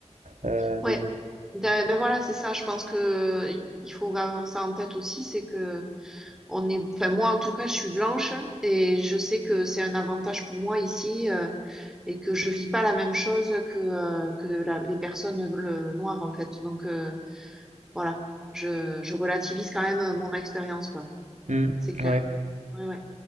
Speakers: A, on the right; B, in the centre.
A: Euh, donc,
B: Ouais.
A: bon.
B: Da- Ben, voilà, c'est ça. Je pense que il il faut avoir ça en tête aussi, c'est que On est, enfin moi en tout cas, je suis blanche et je sais que c'est un avantage pour moi ici euh, et que je vis pas la même chose que euh, que la- les personnes bleu- noires en fait. Donc euh, voilà, je, je relativise quand même euh, mon expérience quoi.
A: Mm,
B: C'est clair.
A: ouais.
B: Ouais ouais,